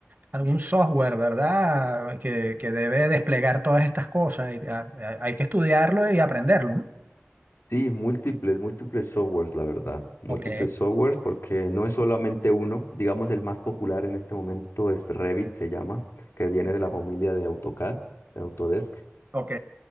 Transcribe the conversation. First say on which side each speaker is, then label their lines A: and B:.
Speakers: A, on the right (about 45°); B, on the left (about 85°).
A: algún software, ¿verdad? Que, que debe desplegar todas estas cosas. y, ah, ah, hay que estudiarlo y aprenderlo, ¿no?
B: sí, múltiples, múltiples softwares, la verdad, múltiples
A: Ok,
B: softwares, porque no es solamente uno. Digamos, el más popular en este momento es Revit, se llama, que viene de la familia de AutoCAD, de Autodesk.
A: ok.